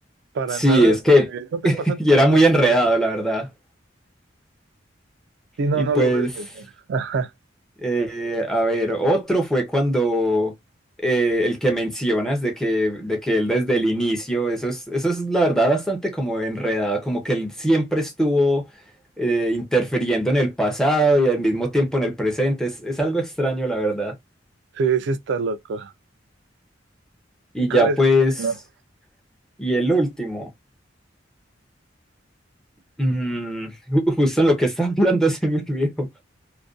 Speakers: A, on the right; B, in the centre.
A: Para
B: sí,
A: nada,
B: es que
A: eh, no te
B: <laughs>
A: pasa por
B: y era muy
A: la cabeza.
B: enredado, la verdad.
A: Sí, no,
B: Y
A: no
B: pues,
A: lo ves venir. Ajá.
B: eh, a ver, otro fue cuando eh, el que mencionas de que, de que él desde el inicio, eso es, eso es la verdad bastante como enredado, como que él siempre estuvo eh, interfiriendo en el pasado y al mismo tiempo en el presente. Es, es algo extraño, la verdad.
A: Sí, sí está loco.
B: Y
A: ¿Y cuál
B: ya
A: es
B: pues...
A: el último?
B: Y el último, mm, ju- justo en lo que estaba hablando <laughs> se me olvidó.